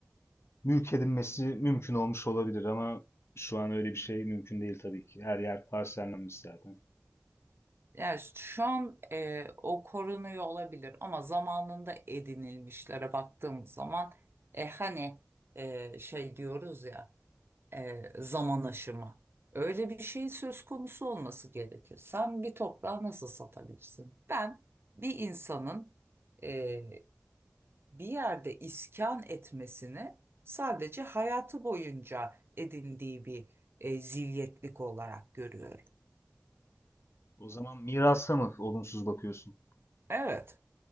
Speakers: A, on the left (about 60°); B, on the right (about 55°).
A: mülk edinmesi mümkün olmuş olabilir ama şu an öyle bir şey mümkün değil tabii ki. Her yer parsellenmiş zaten.
B: Yani şu an e, o korunuyor olabilir ama zamanında edinilmişlere baktığımız zaman e, hani e, şey diyoruz ya e, zaman aşımı. Öyle bir şey söz konusu olması gerekir. Sen bir toprağı nasıl satabilirsin? Ben bir insanın e, bir yerde iskan etmesini sadece hayatı boyunca edindiği bir e, zilyetlik olarak görüyorum.
A: O zaman mirasa mı olumsuz bakıyorsun?
B: Evet.